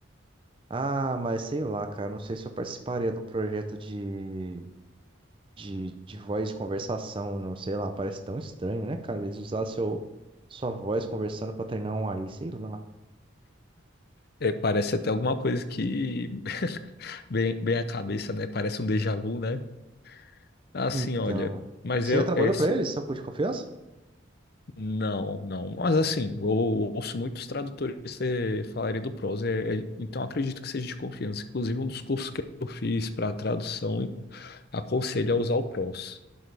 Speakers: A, on the right; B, on the left.
A: Ah, mas sei lá, cara. Não sei se eu participaria de um projeto de, de, de voz de conversação, não. Sei lá, parece tão estranho, né, cara? Eles usar seu, sua voz conversando pra treinar um AI, sei lá.
B: É, parece até alguma coisa que <laughs> bem, bem a cabeça, né? Parece um déjà vu, né? Assim,
A: Então.
B: olha, mas
A: Você
B: eu
A: já trabalhou
B: esse
A: pra eles, seu cu de confiança?
B: não, não. Mas assim, eu ouço muitos tradutores eh, falarem do prose, é- é- então acredito que seja de confiança. Inclusive, um dos cursos que
A: Hum,
B: eu fiz para tradução aconselha a usar o prose.